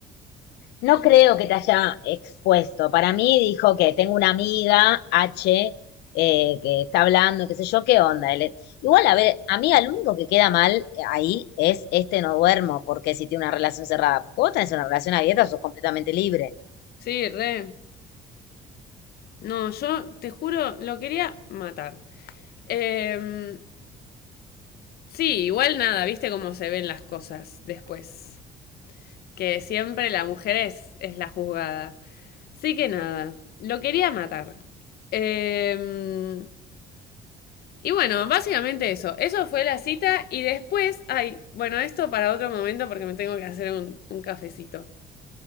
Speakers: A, on the left; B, on the left.
A: No creo que te haya expuesto. Para mí dijo que tengo una amiga, H, eh, que está hablando, qué sé yo, qué onda. Igual, a ver, amiga, lo único que queda mal eh, ahí es este no duermo, porque si tiene una relación cerrada, porque vos tenés una relación abierta, sos completamente libre.
B: Sí, re. No, yo te juro, lo quería matar. Eh, sí, igual nada, viste cómo se ven las cosas después. Que siempre la mujer es, es la juzgada. Así que nada, lo quería matar. Eh, y bueno, básicamente eso. Eso fue la cita y después, ay, bueno, esto para otro momento porque me tengo que hacer un, un cafecito.